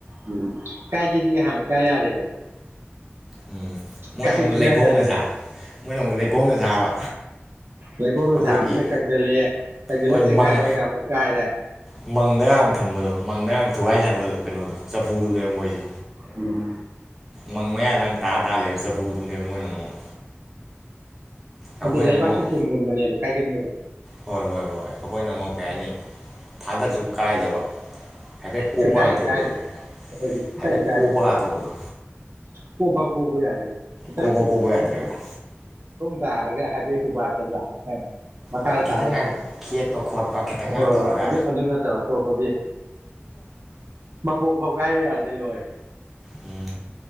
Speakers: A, on the right; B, in the centre.
A: ꯎꯝ ꯀꯥꯏꯒꯦꯗꯤ ꯅꯍꯥꯟꯟ ꯀꯥꯏ ꯌꯥꯔꯦꯕ
B: ꯎꯝ ꯃꯣꯏꯅ
A: ꯀꯥꯏꯌꯨ
B: ꯑꯃꯨꯛ
A: ꯁꯨꯡꯌꯥ
B: ꯂꯩꯈꯣꯝꯅ
A: ꯌꯥꯗꯦ
B: ꯁꯥꯕ ꯃꯣꯏꯅ ꯑꯃꯨꯛ ꯂꯩꯈꯣꯝꯅ ꯁꯥꯕ
A: ꯂꯩꯈꯣꯝꯅ
B: ꯑꯩꯈꯣꯏꯒꯤ
A: ꯁꯥꯕꯅꯤꯅ ꯀꯛꯁꯤꯜꯂꯦ ꯀꯛꯁꯤꯜꯂ
B: ꯍꯣꯏ ꯃꯪ
A: ꯆꯦꯈꯥꯏꯔꯒ ꯑꯃꯨꯛ ꯀꯥꯏꯔꯦ
B: ꯃꯪꯗꯒ ꯊꯝꯕꯗꯣ ꯃꯪꯗꯒ ꯊꯨꯒꯥꯏ ꯁꯥꯅꯕꯗꯣ ꯀꯩꯅꯣꯗꯣ ꯆꯐꯨꯗꯨꯅꯦꯕ ꯃꯣꯏꯁꯦ
A: ꯎꯝ
B: ꯃꯪ ꯃꯌꯥꯗ ꯇꯥ ꯇꯥꯔꯒ ꯂꯩꯕ ꯆꯐꯨꯗꯨꯅꯦꯕ ꯃꯣꯏꯅ ꯑꯃꯨꯛ ꯑꯩꯈꯣꯏꯅ
A: ꯑꯗꯩ ꯂꯩꯕꯥꯛꯀꯤ
B: ꯑꯃꯨꯛ
A: ꯄꯨꯟꯒꯨꯝꯕꯅꯦꯕ ꯀꯥꯏꯒꯟꯕꯗꯣ
B: ꯍꯣꯏ ꯍꯣꯏ ꯍꯣꯏꯣꯏ ꯑꯩꯈꯣꯏꯅ ꯑꯃꯨꯛ ꯀꯩ ꯍꯥꯏꯅꯤ ꯊꯥꯗꯔꯁꯨ ꯀꯥꯏꯗꯕ ꯍꯥꯏꯐꯦꯠ ꯀꯣꯞꯄ
A: ꯁꯨ ꯀꯥꯏ
B: ꯍꯥꯡꯇꯣꯛꯄꯗꯣ
A: ꯍꯦꯛ ꯀꯥꯏꯗ꯭ꯔꯦ ꯑꯩꯈꯣꯏꯗꯤ ꯁꯨꯀꯥꯏ
B: ꯍꯥꯏꯐꯦꯠ
A: ꯍꯦꯛ ꯀꯥꯏꯗ꯭ꯔꯦ
B: ꯀꯣꯞꯄ ꯉꯥꯛꯊꯣꯛꯄꯗꯣ
A: ꯀꯣꯞꯐꯥꯎ ꯐꯥꯎ ꯀꯣꯞꯄꯨ ꯌꯥꯗ꯭ꯔꯦ ꯈꯤꯇꯪ
B: ꯀꯣꯞꯄ ꯀꯣꯞꯄ ꯌꯥꯗ꯭ꯔꯦꯕ
A: ꯇꯥꯔꯒ ꯍꯥꯏꯗꯤ ꯍꯨꯕꯥꯠ ꯀꯗ꯭ꯔ ꯈꯤꯇꯪ ꯃꯈꯥꯗ
B: ꯍꯣꯏ ꯈꯤꯇꯪꯒ
A: ꯇꯥꯔ
B: ꯈꯦꯠꯄ ꯈꯣꯠꯄ ꯈꯤꯇꯪꯒ
A: ꯍꯣꯏ
B: ꯇꯧꯔꯒ
A: ꯍꯣꯏ ꯑꯗꯨ ꯑꯗꯨ ꯅꯠꯇꯕ ꯑꯇꯣꯞꯄꯗꯤ ꯃꯄꯣꯞ ꯐꯥꯎ ꯀꯥꯏꯌꯨ ꯌꯥꯗꯦ ꯂꯣꯏꯔꯦ
B: ꯎꯝ